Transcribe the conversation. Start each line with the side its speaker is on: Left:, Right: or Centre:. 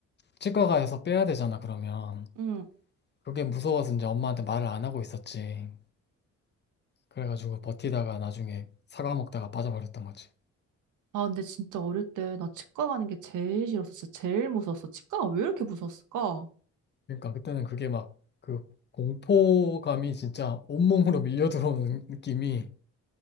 Left: 치과 가서 빼야 되잖아 그러면
Right: 음.
Left: 그게 무서워서 이제 엄마한테 말을 안 하고 있었지. 그래가지고 버티다가 나중에 사과 먹다가 빠져버렸던 거지.
Right: 아, 근데 진짜 어릴 때 나 치과 가는 게 제일 싫었어. 진짜 제일 무서웠어. 치과가 왜 이렇게 무서웠을까?
Left: 그러니까 그때는 그게 막 그 공포감이 진짜 온몸으로 밀려 들어오는 느낌이